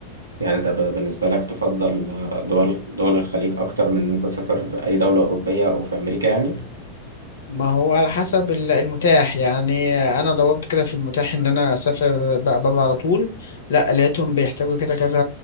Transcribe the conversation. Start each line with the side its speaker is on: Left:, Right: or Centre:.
Right: يعني انت ب- بالنسبه لك تفضل دول دول الخليج اكتر من ان انت تسافر اي دوله اوروبيه او في امريكا يعني
Left: ما هو على حسب ال- المتاح يعني انا دورت كده في المتاح ان انا اسافر بقى بره على طول لا لقيتهم بيحتاجوا كده كذا